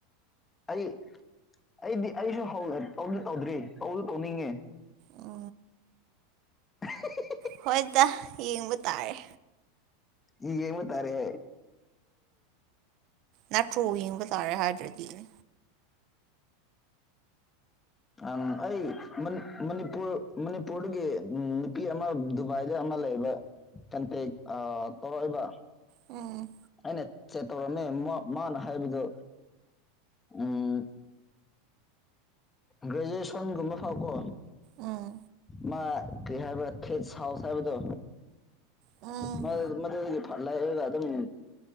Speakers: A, on the left (about 15°); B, on the right (about 50°).
A: ꯑꯩ ꯑꯩꯗꯤ ꯑꯩꯁꯨ ꯇꯧꯗꯤ ꯇꯧꯗ꯭ꯔꯤ ꯇꯧꯁꯨ ꯇꯧꯅꯤꯡꯉꯦ
B: ꯑ
A: <unintelligible>
B: ꯍꯣꯏꯗ ꯌꯦꯡꯕ ꯇꯥꯔꯦ
A: ꯍꯒꯦꯃ ꯇꯔꯦ
B: ꯅꯦꯠꯇ꯭ꯔꯣ ꯌꯦꯡꯕ ꯇꯥꯔꯦ ꯍꯥꯏꯗ꯭ꯔꯗꯤꯅꯦ
A: ꯑꯪ ꯑꯩ ꯃꯅꯤꯄꯨꯔ ꯃꯅꯤꯄꯨꯔꯗꯒꯤ ꯎ ꯅꯨꯄꯤ ꯑꯃ ꯗꯨꯕꯥꯏꯗ ꯑꯃ ꯂꯩꯕ ꯀꯟꯇꯦꯛ ꯇꯧꯔꯛꯏꯕ
B: ꯎꯝ
A: ꯑꯩꯅ ꯆꯦ ꯇꯧꯔꯝꯃꯦ ꯃꯥꯅ ꯍꯥꯏꯕꯗꯨ ꯎꯝ ꯒ꯭ꯔꯦꯖꯨꯑꯦꯁꯟꯒꯨꯝꯕ ꯐꯥꯎꯀꯣ
B: ꯑꯥ
A: ꯃꯥ ꯀꯩ ꯍꯥꯏꯕ꯭ꯔꯥ ꯐꯦꯠ ꯁꯥꯎꯁ ꯍꯥꯏꯕꯗꯣ
B: ꯎꯝ
A: ꯃꯗꯨꯗꯒꯤ ꯐꯠ ꯂꯥꯏꯑꯒ ꯑꯗꯨꯝ